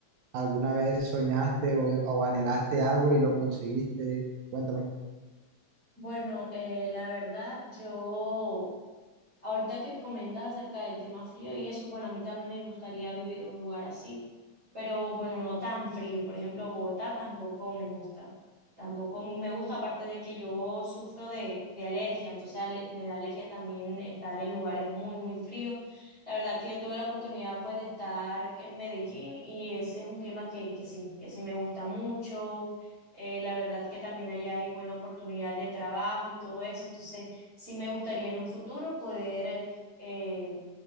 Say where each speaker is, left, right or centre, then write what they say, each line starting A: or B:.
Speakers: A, on the right (about 80°); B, on the right (about 35°).
A: alguna vez soñaste o, o anhelaste algo y lo conseguiste. Cuéntame.
B: Bueno, eh, la verdad, yo, ahorita que comentas acerca del tema frío y eso, bueno, a mí también me gustaría vivir en un lugar así, pero bueno, no tan frío. Por ejemplo, Bogotá tampoco me gusta. Tampoco me gusta, aparte de que yo sufro de, de alergia, entonces ale- me da alergia también estar en lugares muy, muy fríos. La verdad que yo tuve la oportunidad pues de estar en Medellín y ese es un clima que, que sí, que sí me gusta mucho eh, la verdad que también allá hay buena oportunidad de trabajo y todo eso, entonces sí me gustaría en un futuro poder eh, eh,